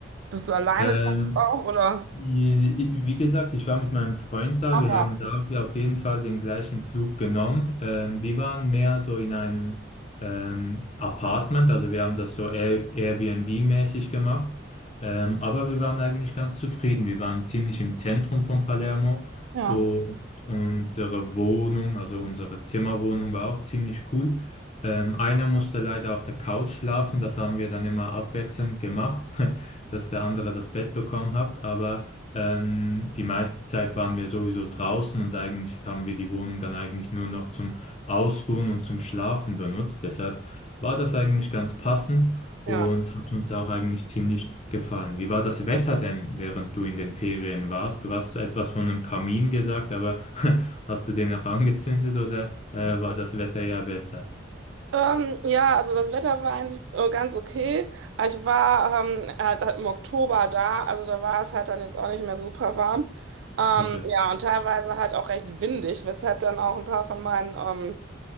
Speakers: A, on the right; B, on the left.
A: bist du alleine
B: Ähm,
A: gereist auch oder?
B: Wie gesagt, ich war mit meinem Freund da.
A: Ach
B: Wir Mhm.
A: ja,
B: haben dafür auf jeden Fall den gleichen Flug genommen. Ähm, wir waren mehr so in einem ähm, Apartment, also wir haben das so Air Airbnb-mäßig gemacht. Ähm, aber wir waren eigentlich ganz zufrieden. Wir waren ziemlich im Zentrum von Palermo
A: ja,
B: und unsere Wohnung, also unsere Zimmerwohnung, war auch ziemlich cool. Ähm, einer musste leider auf der Couch schlafen. Das haben wir dann immer abwechselnd gemacht, <laughs> dass der andere das Bett bekommen hat. Aber ähm, die meiste Zeit waren wir sowieso draußen und eigentlich haben wir die Wohnung dann eigentlich nur noch zum Ausruhen und zum Schlafen benutzt. Deshalb war das eigentlich ganz passend und
A: ja.
B: hat uns auch eigentlich ziemlich gefallen. Wie war das Wetter denn, während du in den Ferien warst? Du hast etwas von einem Kamin gesagt, aber <laughs> hast du den auch angezündet oder äh, war das Wetter ja besser?
A: Ähm, ja, also das Wetter war eigentlich äh, ganz okay. Aber Ich war ähm, halt, halt im Oktober da, also da war es halt dann jetzt auch nicht mehr super warm. Ähm,
B: Okay.
A: ja, und teilweise halt auch recht windig, weshalb dann auch ein paar von meinen ähm,